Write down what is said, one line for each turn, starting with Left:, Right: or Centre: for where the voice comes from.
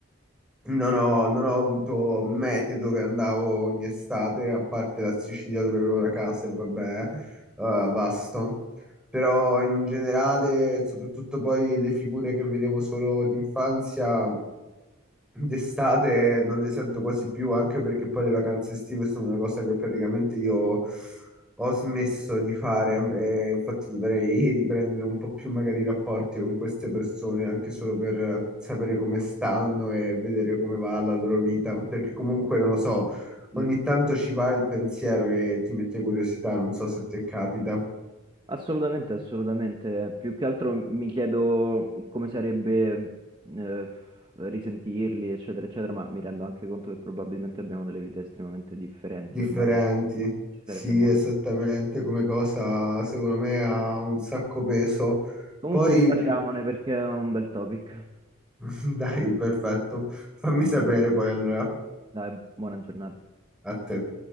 Centre: non ho, non ho avuto mete dove andavo ogni estate, a parte la Sicilia dove avevo la casa e vabbè, eh, vasto. Però in generale, soprattutto poi le figure che vedevo solo d'infanzia, D'estate non le sento quasi più, anche perché poi le vacanze estive sono una cosa che praticamente io ho smesso di fare. E infatti dovrei <laughs> riprendere un po' più magari i rapporti con queste persone, anche solo per sapere come stanno e vedere come va la loro vita. Perché comunque, non lo so,
Right: Sì,
Centre: ogni
Right: sì.
Centre: tanto ci va il pensiero e ti mette curiosità, non so se ti capita.
Right: Assolutamente, assolutamente. Più che altro mi chiedo come sarebbe eh, risentirli, eccetera, eccetera, ma mi rendo anche conto che probabilmente abbiamo delle vite estremamente differenti
Centre: Differenti.
Right: ormai. Ci
Centre: Sì,
Right: sarebbe molto.
Centre: esattamente come cosa, secondo me ha un sacco peso.
Right: Comunque
Centre: Poi
Right: riparliamone
Centre: più
Right: perché è un bel topic.
Centre: <laughs> Dai, perfetto. Fammi sapere poi allora
Right: Dai, buona giornata.
Centre: a te.